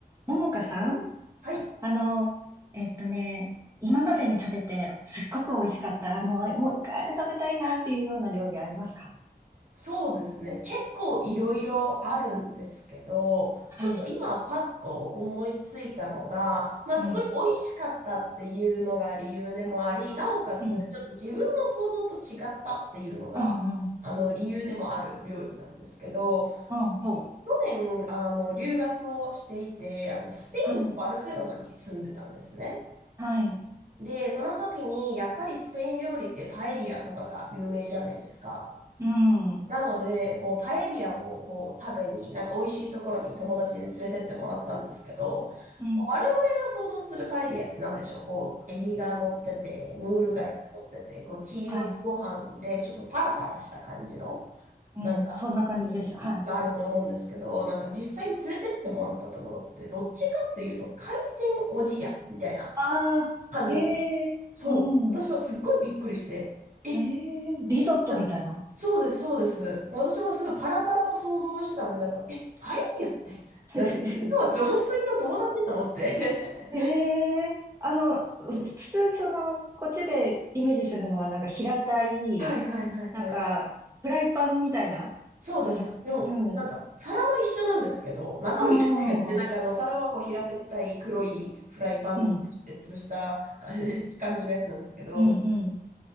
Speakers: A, on the right; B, on the right.
A: ももかさん、
B: はい、
A: あの、えっとね、今までに食べてすっごく美味しかった、もう、もう一回あれ食べたいなっていうような料理ありますか
B: そうですね。結構いろいろあるんですけど、
A: はい。
B: ちょっと今パッと思いついたのが、まあすごい美味しかったっていうのが理由でもあり、
A: うん、
B: なおかつちょっと自分の想像と違ったっていうのが、
A: うん、うん、うん、
B: あの理由でもある料理なんですけど、
A: あ、
B: 私、
A: ほう。
B: 去年、あの、留学をしていて、あの、スペインのバルセロナに住んでたんですね。
A: はい、はい、
B: で、その時に、やっぱりスペイン料理ってパエリアとかが有名じゃないですか。
A: うん、うん、
B: なので、こう、パエリアをこう食べに、なんか美味しいところに友達に連れてってもらったんですけど、
A: うん、
B: こう我々が想像するパエリアって何でしょうこう、エビが乗ってて、ムール貝が乗ってて、こう、黄色いご飯で、
A: はい、
B: ちょっとパラパラした感じの、
A: うん、
B: なんか、
A: そんな感じです。
B: イメージがあると思うんですけど、
A: はい。
B: なんか実際に連れてってもらったところって、どっちかっていうと、海鮮おじやみたいな
A: ああ、
B: 感じだった。
A: へえ、
B: そう。
A: うん、
B: 私はすっごいびっくりして、え、い
A: へえ、リゾットみたいな。
B: やそうです、そうです。私もすごいパラパラを想像してたんで、なんか、え、パエリアって、
A: <laughs>
B: なんか実は雑炊の友達と思って。
A: ふふふえ、あの、ふ普通その、こっちでイメージするのはなんか平たい、
B: <laughs> はいはいはいはい。
A: なんか、フライパンみたいなのに、
B: そうです。
A: うん。
B: でも、なんか、
A: あ
B: 皿は一緒なんですけど、中身が違って、
A: あ、
B: なんかあの、皿はこう平べったい黒いフライパンって潰した感じ
A: うん、
B: <laughs> 感じのやつなんですけど、
A: うん、う